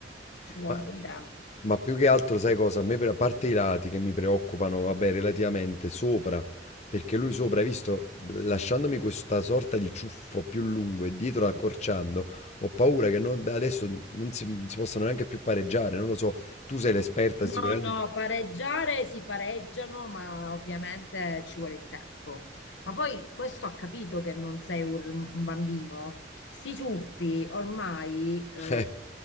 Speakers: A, on the left; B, on the left.
A: ci vuole
B: ma
A: un po' di tempo.
B: Ma più che altro, sai cosa? A me, per, a parte i lati che mi preoccupano, vabbè, relativamente sopra, perché lui sopra, hai visto, lasciandomi questa sorta di ciuffo più lungo e dietro accorciando, ho paura che non- da adesso non si, si possano neanche più pareggiare. Non lo so, tu sei l'esperta
A: No,
B: sicuramente.
A: no,
B: <laughs>
A: pareggiare si pareggiano, ma ovviamente ci vuole il tempo. Ma poi questo ha capito che non sei un, un bambino. Sti ciuffi ormai eh,
B: Eh,